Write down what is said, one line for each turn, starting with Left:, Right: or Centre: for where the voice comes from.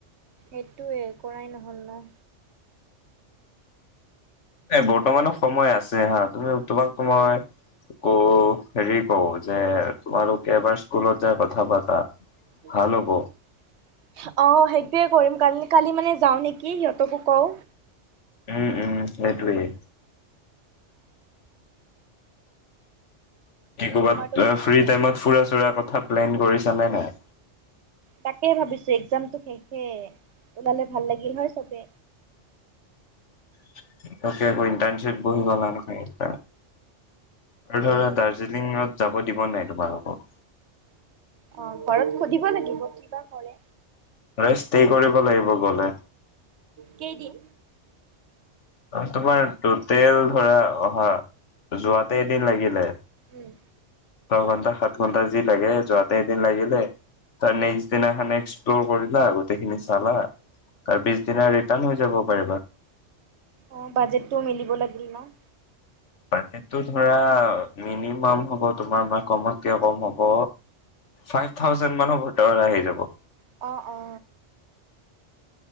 Right: সেইটোয়ে কৰাই নহ'ল ন।
Left: এ, বৰ্তমানৰ সময় আছে হা, তুমি তোমাকটো মই ক, হেৰি কওঁ যে, তোমালোকে এবাৰ স্কুলত যায় কথা পাতা।
Right: অ',
Left: ভাল হ'ব
Right: সেইটোৱে কৰিম কালি কালি মানে যাওঁ নেকি, সিহঁতকো কওঁ।
Left: উম, উম সেইটোৱেই। কি ক'ৰবাত,
Right: তোমাৰতো
Left: ফ্ৰী টাইমত ফুৰা চুৰা কথা প্লেন কৰিছা নে নাই?
Right: তাকেই ভাবিছো একজামটো শেষে ওলালে ভাল লাগিল হয় চবে।
Left: <unintelligible> অকে বহি গ'লা নহয় <unintelligible> আৰু ধৰা
Right: এ
Left: দাৰ্জিলিঙত যাব দিব নাই তোমাক আকৌ।
Right: অ, ঘৰত সুধিব লাগিব কিবা কৰে।
Left: আৰে ষ্টে কৰিব লাগিব গ'লে।
Right: কেইদিন
Left: অ, তোমাৰ টোটেল ধৰা অহা যোৱাতে এদিন লাগিলে।
Right: উম,
Left: দহ ঘন্টা সাত ঘণ্টা যি লাগে যোৱাতে এদিন লাগিলে। তাৰ নেক্সট দিনা এক্সপ্ল'ৰ কৰিলা, গোটেইখিনি চালা তাৰপিছদিনা টান হৈ যাব পাৰিবা
Right: অ', বাজেটটো মিলিব লাগিল ন'
Left: বাজেটটো ধৰা মিনিমাম হ'ব তোমাৰ মই কমতকে কম হ'ব, ফাইভ থাউজেণ্ড মানৰ <unintelligible> আহি যাব।
Right: অ, অ